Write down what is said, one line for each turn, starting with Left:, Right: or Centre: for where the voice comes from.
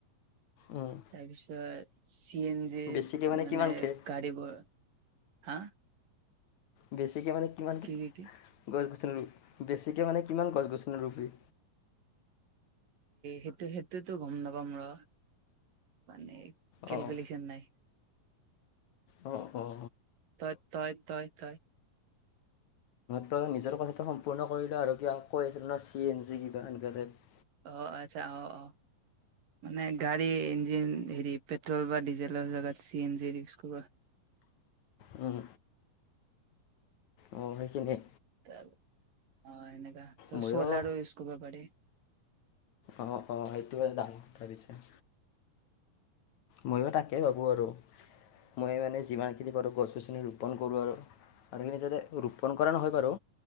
Left: উম,
Right: তাৰপিছত চি এন জি
Left: বেছিকৈ
Right: মানে
Left: কিমানকৈ
Right: গাড়ীবোৰ হা?
Left: বেছিকৈ মানে কিমান
Right: কি কি কি
Left: গছ-গছনি ৰু, বেছিকৈ মানে কিমান গছ-গছনি ৰুবি?
Right: হেইটো-হেইটোতো গ'ম নাপাম ৰ' মানে কেলকুলেশ্যন
Left: অঁ
Right: নাই।
Left: অ', অ'।
Right: তই, তাই, তাই, তাই?
Left: তই নিজৰ কথাটো সম্পূৰ্ণ কৰিল, আৰু কিবা কৈ আছিল ন' চি এন চি কিবা এনেকোৱা টাইপ।
Right: অ', আচ্ছা অ', অ', মানে গাড়ী ইঞ্জিন হেৰি পেট্ৰল বা ডিজেলৰ জেগাত চি এন জিৰ ইউজ কৰবা।
Left: উম। অ', সেইখিনিয়ে!
Right: অ', এনেকা ত'
Left: ময়ো
Right: চলাৰো ইউচ কৰিব পাৰি।
Left: অ', অ', সেইটো বাৰু ডাঙৰ কথা কৈছা। ময়ো তাকে ভাবোঁ আৰু মই মানে যিমানখিনি পাৰোঁ গছ-গছনি ৰোপণ কৰোঁ আৰু। আৰুখিনি যাতে ৰোপণ কৰা নহয় বাৰু